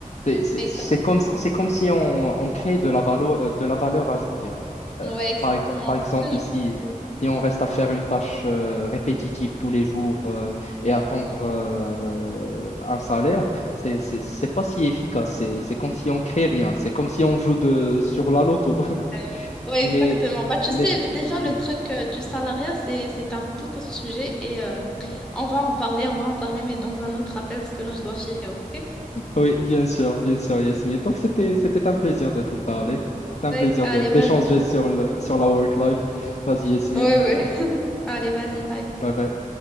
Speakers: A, on the left (about 50°); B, in the centre.
A: C'est c'est-
B: Exactement.
A: c'est comme, c'est comme si on, on crée de la valeur, de la valeur ajoutée. Euh,
B: Ouais, exactement.
A: par, ex- par
B: C'est
A: exemple,
B: ce que je
A: si,
B: me suis dit.
A: si on reste à faire une tâche euh, répétitive tous les jours euh, et attendre euh, un salaire, c'est c'est- c'est pas si efficace. C'est c'est comme si on crée rien. C'est comme si on joue de, sur la loto. <laughs>
B: Ouais, Ouais,
A: Mais,
B: exactement. Bah, tu
A: mais...
B: sais, déjà, le
A: Hmm,
B: truc euh, du salariat, c'est, c'est un tout autre sujet et euh,
A: <laughs> ouais.
B: on va en parler, on va en parler, mais dans un autre appel parce que là, je dois filer, ok?
A: Oui, bien sûr, bien sûr, Yasmine. Donc, c'était, c'était un plaisir de te parler. C'était un
B: Ouais,
A: plaisir
B: allez,
A: de d'échanger
B: vas-y.
A: sur le, sur la work life. Vas-y, Yasmine.
B: Ouais, ouais. <laughs> Allez, vas-y, bye.
A: bye bye